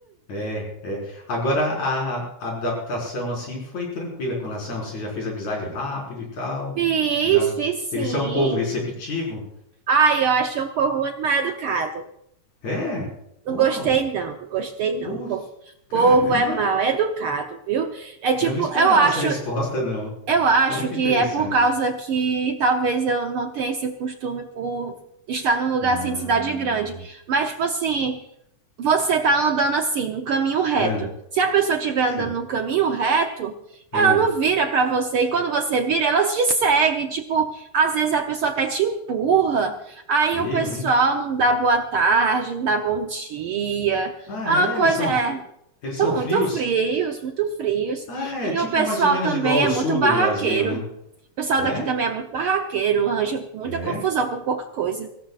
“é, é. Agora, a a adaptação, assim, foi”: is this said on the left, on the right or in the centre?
Left